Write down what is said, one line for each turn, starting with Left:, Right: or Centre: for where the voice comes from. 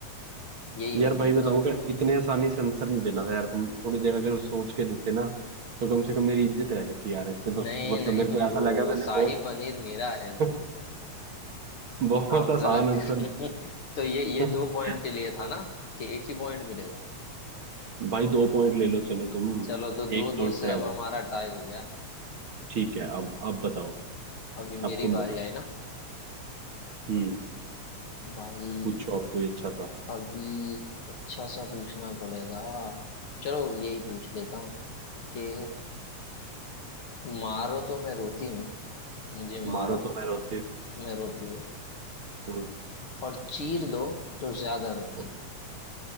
Left: यही
Right: यार
Left: हो गया
Right: भाई बताऊं
Left: ना
Right: क्या इतने आसानी से आंसर नहीं देना था यार तुम थोड़ी देर अगर सोच के देते ना तो कम से कम मेरी इज्जत रह जाती यार इसमें तो
Left: नहीं
Right: मतलब
Left: नहीं
Right: मेरे को
Left: ब्रो
Right: ऐसा लगा मैंने
Left: शाही
Right: बहुत
Left: पनीर मेरा है ब्रो
Right: <laughs> बहुत
Left: आप
Right: आसान
Left: गलत
Right: आंसर
Left: <laughs> तो ये ये दो
Right: <laughs>
Left: पॉइंट के लिए था ना कि एक ही पॉइंट मिलेगा
Right: भाई दो पॉइंट ले लो चलो तुम
Left: चलो तो दो
Right: एक
Left: दो
Right: पॉइंट से
Left: से अब
Right: आगे
Left: हमारा टाई हो गया
Right: ठीक है अब अब बताओ
Left: अभी
Right: अब
Left: मेरी
Right: तुम
Left: बारी
Right: बताओ
Left: आई ना
Right: हम्म
Left: भाई
Right: पूछो आप कोई अच्छा सा
Left: अभी अच्छा सा पूछना पड़ेगा चलो यही पूछ लेता हूँ कि मारो तो मैं रोती हूँ मुझे मारो
Right: मारो तो मैं रोती
Left: मैं रोती हूँ
Right: हूँ
Left: और चीर दो तो ज्यादा रोती
Right: और
Left: हूँ